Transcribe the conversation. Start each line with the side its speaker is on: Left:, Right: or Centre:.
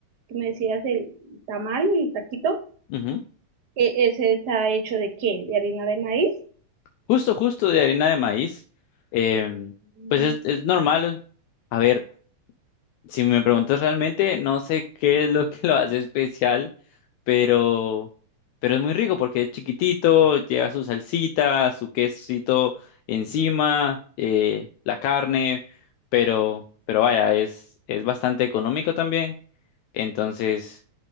Right: que me decías, el tamal, el taquito,
Left: ujú.
Right: eh, ese está hecho de qué? De harina de maíz.
Left: Justo, justo de harina de maíz. Em,
Right: Mm,
Left: pues es, es normal. A ver. Si me preguntas realmente, no sé qué es lo que lo hace especial, pero, pero es muy rico porque es chiquitito, lleva su salsita, su quesito encima, eh, la carne, pero, pero vaya, es, es bastante económico también. Entonces,